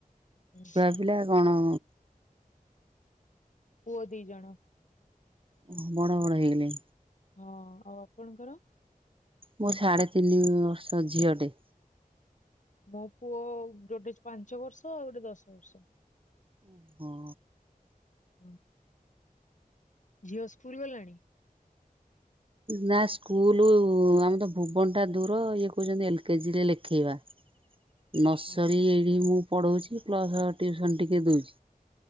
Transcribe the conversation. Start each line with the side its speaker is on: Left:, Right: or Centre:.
Left: ହୁଁ,
Right: ପୁରା ପିଲା କଣ?
Left: ପୁଅ ଦି ଜଣ।
Right: ଓହୋ ବଡ ବଡ ହେଇଗଲେ।
Left: ହଁ ଆଉ ଆପଣଙ୍କର?
Right: ମୋ ସାଢେ ତିନି ବର୍ଷ ଝିଅ ଟେ।
Left: ମୋ ପୁଅ ଗୋଟେ ପାଞ୍ଚ ବର୍ଷ ଆଉ ଗୋଟେ ଦଶ ବର୍ଷ।
Right: ଓହୋ।
Left: ହଁ। ଝିଅ ସ୍କୁଲ ଗଲାଣି?
Right: ନା ସ୍କୁଲ ଆମ ତ ଭୁବନ ଟା ଦୂର। ଇଏ କହୁଛନ୍ତି ଏଲ କେଜିରେ ଲେଖେଇବା। ନର୍ସରୀ
Left: ଆଚ୍ଛା
Right: ଏଇଠି ମୁଁ ପଢ଼ଉଛି ପ୍ଲସ୍ ଟ୍ୟୁସନ୍ ଟିକେ ଦୋଉଛି।